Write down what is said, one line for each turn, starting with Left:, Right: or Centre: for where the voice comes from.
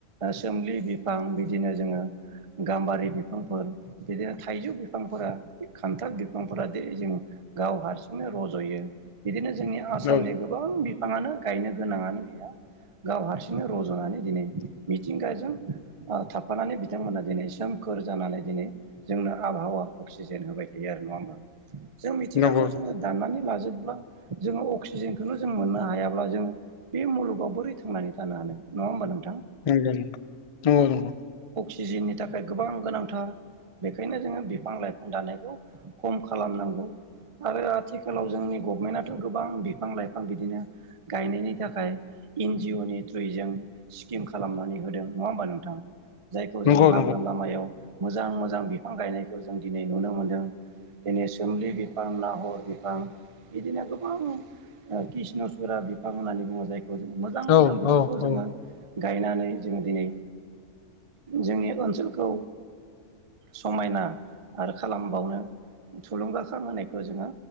Right: सोमलि बिफां बिदिनो जोङो गाम्बारि बिफांफोर बिदिनो थाइजौ बिफांफोरा खान्थाल बिफांफोरा जेरै जों गाव हारसिंनो रज'यो बिदिनो जोंनि आसामनि
Left: औ
Right: गोबां बिफाङानो गायनो गोनाङानो गैया गाव हारसिंनो रज'नानै दिनै मिथिंगाजों थाफानानै बिथांमोना दिनै सोमखोर जानानै दिनै जोंनो आबहावा अक्सिजेन होबाय थायो नङा होनबा जों मिथिंगाखौ
Left: नंगौ
Right: जोङो दाननानै ला जोबब्ला जोङो अक्सिजेनखौनो जों मोननो हायाब्ला जोङो बे मुलुगाव बोरै थांनानै थानो हानो नङा होमबा नोंथां
Left: नंगौ नोंथां नंगौ नंगौ
Right: सिजननि थाखाय गोबां गोनांथार बेखायनो जोङो बिफां लाइफां दानायखौ खम खालामनांगौ आरो आथिखालाव जोंनि गभमेन्टथ' गोबां बिफां लाइफां बिदिनो गायनायनि थाखाय एन जिअ नि थ्रुयै जों स्किम खालामनानै होदों नङा होमबा नोंथां जायखौ
Left: नंगौ
Right: जोङो लामा
Left: नंगौ
Right: लामायाव मोजां मोजां बिफां गायनायखौ जों दिनै नुनो मोन्दों दिनै सोमलि बिफां नाहर बिफां बिदिनो गोबां कृष्णसुरा बिफां होननानै बुङो जायखौ जो मोजां मोजां
Left: औ
Right: बिफांखौ
Left: औ
Right: जोङो
Left: औ
Right: गायनानै जोङो दिनै जोंनि ओनसोलखौ समायना आरो खालामबावनो थुलुंगाखां होनायखौ जोङो